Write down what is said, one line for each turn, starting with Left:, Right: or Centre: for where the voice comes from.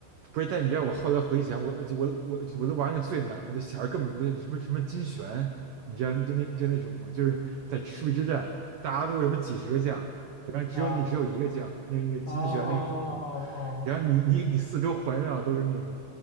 Right: 不是，但你知道我后来回想，我就我我我都玩那最难的，就小孩根本不会什么什么金旋，你知道就那就那种嘛，就是在赤壁之战，大家都有什么几十个将，然后只有你只有一个将，
Left: 啊
Right: 那个那个金旋那个主公，
Left: 啊啊啊啊啊！啊
Right: 然后你你你四周环绕都是那个